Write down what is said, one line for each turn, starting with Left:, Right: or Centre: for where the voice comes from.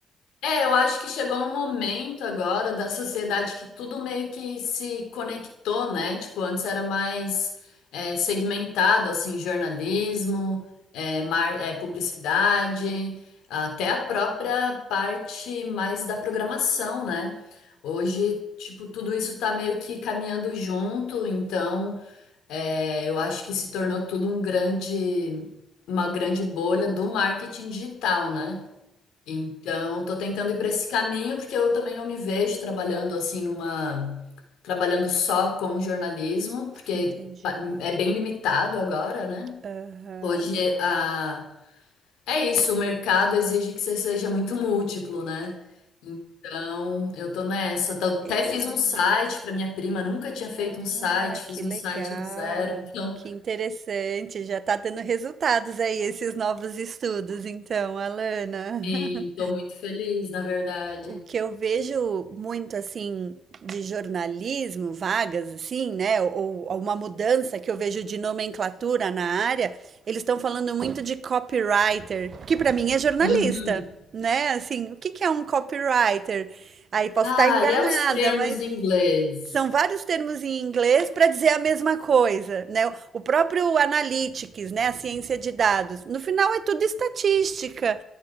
Left: É, eu acho que chegou um momento agora da sociedade que tudo meio que se conectou, né? Tipo, antes era mais é, segmentado, assim, jornalismo, é, mar- é, publicidade, até a própria parte mais da programação, né? Hoje, tipo, tudo isso tá meio que caminhando junto, então é, eu acho que se tornou tudo um grande, uma grande bolha do marketing digital, né? Então, tô tentando ir para esse caminho porque eu também não me vejo trabalhando assim numa, trabalhando só com jornalismo, porque
Right: Entendi.
Left: pa- é bem limitado agora, né?
Right: Aham.
Left: Hoje a é isso, o mercado exige que você seja muito múltiplo, né? Então, eu tô nessa. Tô- Até
Right: Eu.
Left: fiz um site para minha prima, nunca
Right: Ah,
Left: tinha feito um site, fiz
Right: que
Left: um
Right: legal.
Left: site do zero. Então,
Right: Que interessante. Já está dando resultados aí esses novos estudos, então, Alana.
Left: sim,
Right: <laughs>
Left: tô muito feliz, na verdade.
Right: O que eu vejo muito assim de jornalismo, vagas assim, né? Ou, ou uma mudança que eu vejo de nomenclatura na área, eles estão falando muito de copywriter, que para mim é jornalista,
Left: Uhum.
Right: né? Assim, o que que é um copywriter? Aí posso
Left: Ah,
Right: estar enganada,
Left: e é os termos
Right: mas
Left: em inglês.
Right: São vários termos em inglês para dizer a mesma coisa, né? O próprio analytics, né, a ciência de dados, no final é tudo estatística.